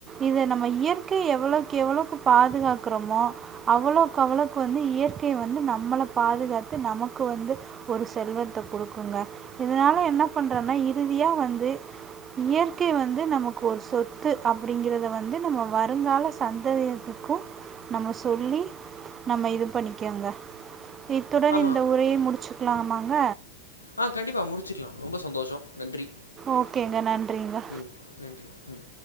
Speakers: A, on the right (about 25°); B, on the left (about 80°).
A: இத நம்ம இயற்கையை எவ்ளோக்கு எவ்ளோக்கு பாதுகாக்றோமோ அவ்ளோக்கு அவ்ளோக்கு வந்து இயற்கை வந்து நம்மள பாதுகாத்து நமக்கு வந்து ஒரு செல்வத்த குடுக்குங்க இதனால என்ன பண்றேன்னா இறுதியா வந்து இயற்கை வந்து நமக்கு ஒரு சொத்து அப்டிங்கறத வந்து நம்ம வருங்கால சந்ததியத்துக்கு நம்ம சொல்லி நம்ம இது பண்ணிக்கங்க இத்துடன்
B: ஆமா.
A: இந்த உரையை முடிச்சுக்லாமாங்க
B: ஆ கண்டிப்பா முடிச்சுக்லா ரொம்ப சந்தோஷோ நன்றி
A: ஓகேங்க நன்றிங்க
B: ம் நன்றி ம்